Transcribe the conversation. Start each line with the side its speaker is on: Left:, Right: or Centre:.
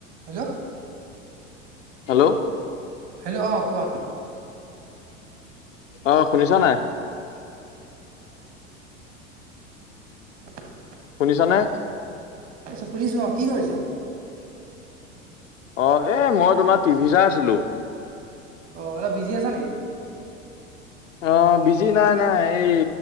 Right: হেল্ল
Left: হেল্ল'
Right: হেল্ল' অ কোৱা
Left: অ, শুনিছ নাই?
Right: <inaudible>
Left: শুনিছা নে?
Right: কি কৰিছা শুধিছোৱা, কি কৰিছা?
Left: অ এ মই তোমাৰ টিভি চাই আছিলো
Right: অ অলপ বিজি আছা নেকি?
Left: অ বিজি নাই নাই এই